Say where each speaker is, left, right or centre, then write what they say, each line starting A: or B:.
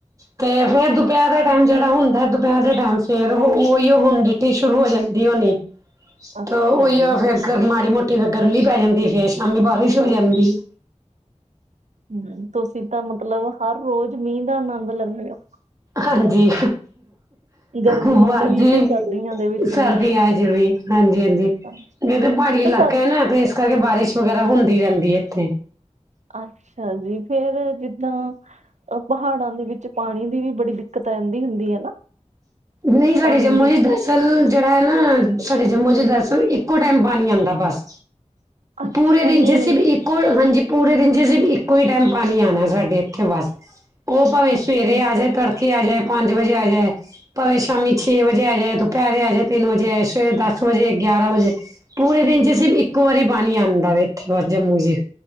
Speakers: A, on the right; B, on the right.
A: ਤੇ ਫੇਰ ਦੁਪੈਰ ਦਾ ਟੈਮ ਜੇੜਾ ਹੁੰਦਾ ਦੁਪੈਰ ਦੇ ਟੈਮ ਫੇਰ ਓਹੋ ਓਹੀਓ ਹੁੰਮਡਿਟੀ ਸ਼ੁਰੂ ਹੋ ਜਾਂਦੀ ਹੋਣੀ।
B: ਅੱਛਾ
A: ਤੇ ਓਹੀਓ
B: ਜੀ
A: ਫੇਰ ਮਾੜੀ ਮੋਟੀ ਫੇਰ ਗਰਮੀ ਪੈ ਜਾਂਦੀ ਫੇਰ ਸ਼ਾਮੀ ਬਾਰਿਸ਼ ਹੋ ਜਾਂਦੀ ਐ।
B: ਹੂੰ ਤੁਸੀਂ ਤਾਂ ਮਤਲਬ ਹਰ ਰੋਜ਼ ਮੀਂਹ ਦਾ ਆਨੰਦ ਲੈਂਦੇ ਹੋ।
A: ਹਾਂਜੀ।
B: ਗਰਮੀਆਂ
A: ਬਸ
B: ਚ ਵੀ
A: ਜੀ
B: ਤੇ ਸਰਦੀਆਂ ਦੇ ਵਿੱਚ ਵੀ
A: ਸਰਦੀ ਆਏ ਜਿਵੇਂ ਹਾਂਜੀ-ਹਾਂਜੀ।
B: ਅੱਛਾ
A: ਏਹ ਤੇ ਪਹਾੜੀ ਇਲਾਕਾ
B: ਸਰ
A: ਨਾ ਤੇ ਏਸ ਕਰਕੇ ਬਾਰਿਸ਼ ਵਗੈਰਾ ਹੁੰਦੀ ਰੈਂਦੀ ਐਥੇ।
B: ਅੱਛਾ ਜੀ ਫੇਰ ਜਿੱਦਾਂ ਪਹਾੜਾਂ ਦੇ ਵਿੱ ਵਿਚ ਪਾਨੀ ਦੀ ਵੀ ਬੜੀ ਦਿੱਕਤ ਰੈਂਦੀ ਹੁੰਦੀ ਐ ਨਾ।
A: ਨਈ ਸਾਡੇ
B: ਪਾਣੀ
A: ਜੰਮੂ
B: ਦੀ
A: ਚ ਦੋ ਸਲ ਜੇੜਾ ਐ ਨਾ ਸਾਡੇ ਜੰਮੂ ਚ ਦਰਸਲ ਇੱਕੋ ਟੈਮ ਪਾਣੀ ਆਂਦਾ ਬਸ।
B: ਅੱਛਾ
A: ਪੂਰੇ ਦਿਨ
B: ਜੀ
A: ਚ ਸਿਬ ਇਕ ਕੁਲ ਹਾਂਜੀ ਪੂਰੇ ਦਿਨ ਚ ਸਿਬ ਇੱਕੋ ਈ ਟੈਮ ਪਾਨੀ ਆਨਾ ਸਾਡੇ ਏਥੇ ਬਸ। ਓ ਭਾਵੇਂ
B: ਅੱਛਾ
A: ਸਵੇਰੇ ਆ ਜਾਏ ਤੜਕੇ ਆ ਜਾਏ ਪੰਜ ਵਜੇ ਆ ਜਾਏ। ਭਾਵੇ ਸ਼ਾਮੀ ਛੇ ਵਜੇ ਆ ਜਾਏ ਦੁਪੈਰੇ ਆ ਜਾਏ ਤਿੰਨ ਵਜੇ ਆਏ ਸਵੇਰੇ ਦਸ ਵਜੇ ਗਿਆਰਾਂ ਵਜੇ ਪੂਰੇ ਦਿਨ ਚ ਸਿਬ ਇੱਕੋ ਵਾਰੀ ਪਾਨੀ ਆਂਦਾ ਵੇ ਏਥੇ ਬਸ ਜੰਮੂ ਜੀ।